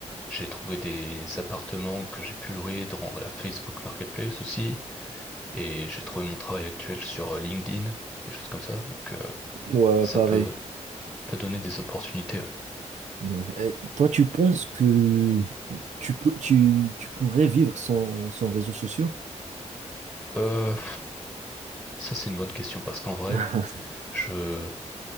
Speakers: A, in the centre; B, on the right.
A: J'ai trouvé des appartements que j'ai pu louer dans la Facebook Marketplace aussi. Et j'ai trouvé mon travail actuel sur euh, LinkedIn, des choses comme ça. Donc, euh,
B: ouais,
A: ça
B: pareil.
A: peut, peut donner des opportunités. ouais.
B: Ouais. Et toi, tu penses que tu peux, tu, tu pourrais vivre sans, sans réseaux sociaux?
A: Euh, ça, c'est une bonne question parce qu'en vrai,
B: <laughs>
A: je,